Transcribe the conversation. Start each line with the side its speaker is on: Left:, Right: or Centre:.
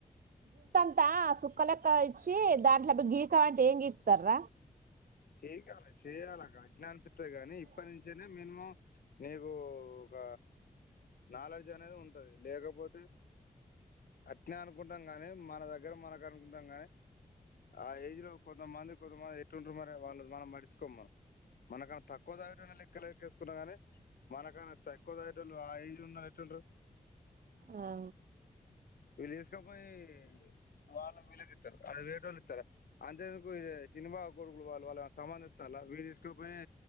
Right: అంతా సుక్క లెక్క ఇచ్చి దాంట్ల గీక మాంటే ఏం గీకుతారు రా
Left: గికలే చేయాలక అట్నే అనిపిత్తది గాని ఇప్పటి నుంచేనే మినిమం నీకు ఒక నాలెడ్జ్ అనేది ఉంటది లేకపోతే అట్నే అనుకుంటాం గాని మన దగ్గర మనకు అనుకుంటాం గాని ఆ ఏజ్ లో కొంతమంది కొంతమంది ఎట్టుంటు మరి వాళ్ళది మనం పట్టించుకోం మనం మనకన్నా తక్కువ చదివేటోని లెక్కలేక్కేసుకున్నా గాని మనకన తక్కువ చదివేటోలు హై లున్నేళ్లు ఎట్లుంట్రు
Right: ఆ
Left: విల్ తీసుకపోయి వాళ్ళకు వీళ్ళకు ఇత్తరు అంతెందుకు ఇడే శీను బావ కోడు వాళ్ళు వాళ్ళు ఏమన సామాను తెత్తల్ల విడు తీసుకపోయే